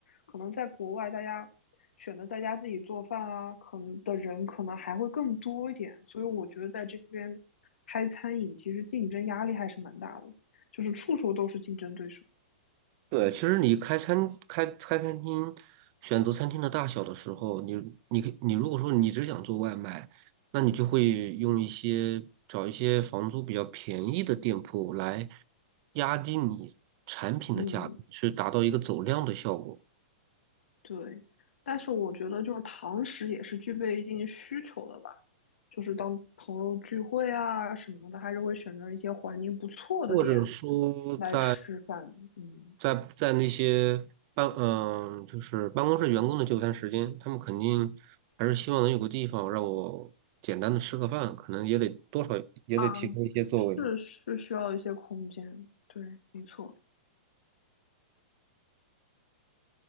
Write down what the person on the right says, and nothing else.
对，其实你开餐开开餐厅，选择餐厅的大小的时候，你你可以你如果说你只想做外卖，那你就会用一些找一些房租比较便宜的店铺来压低你产品的价格，
去达到一个走量的效果。
或者说在
在在那些办嗯、就是办公室员工的就餐时间，他们肯定还是希望能有个地方让我简单的吃个饭，可能也得多少也得提供一些座位。